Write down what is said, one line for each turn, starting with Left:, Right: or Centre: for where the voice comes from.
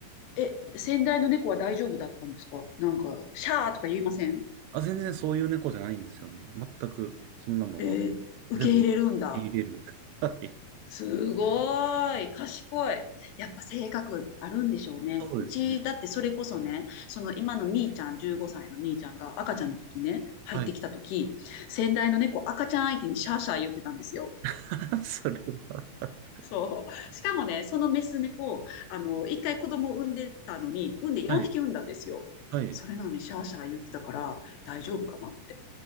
Left: ええ、先代の猫は大丈夫だったんですかなんか、シャーとか言いません
Right: あ、全然そういう猫じゃないんですよね。全くそんなのは
Left: ええ受け入れるんだ。
Right: 全部入れる。<laughs> はい。
Left: すごい、賢い。やっぱ性格あるんでしょうね。
Right: そうですね。
Left: うち、だってそれこそね、その今のみーちゃん、15歳のみーちゃんが赤ちゃんの時ね、入ってきた時、
Right: はい。
Left: 先代の猫赤ちゃん相手にシャーシャー言ってたんですよ。
Right: <laughs> それは <laughs>
Left: そう。しかもね、そのメス猫、あの、一回子供を産んでたのに、産んで4匹産んだんですよ。
Right: はい。はい。
Left: それなのにシャーシャー言ってたから、大丈夫かなって。